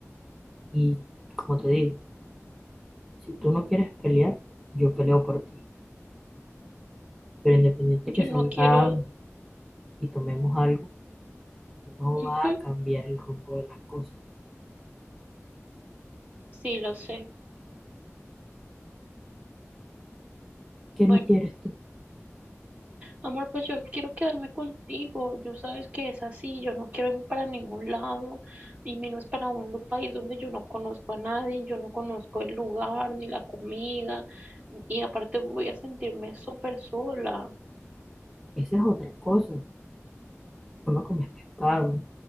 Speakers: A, in the centre; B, on the right.
A: Y como te digo, si tú no quieres pelear, yo peleo por ti. Pero independiente de
B: yo
A: que salgamos
B: no quiero.
A: y tomemos algo, no
B: Ujú,
A: va a cambiar el rumbo de las cosas.
B: Sí, lo sé.
A: ¿Qué
B: Bueno.
A: no quieres tú?
B: Amor, pues yo quiero quedarme contigo. Yo sabes que es así. Yo no quiero irme para ningún lado y menos para un lu- país donde yo no conozco a nadie, yo no conozco el lugar ni la comida y aparte voy a sentirme súper sola.
A: Esa es otra cosa. Tú no comes pescado.